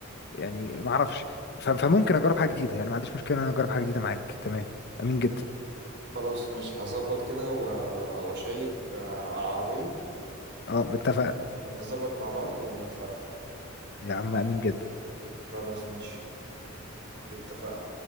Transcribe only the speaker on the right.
خلاص مش هظبط كده و- واشيك آه، على العربية
ونظبط مع بعض ونتحرك
خلاص مش اتفقنا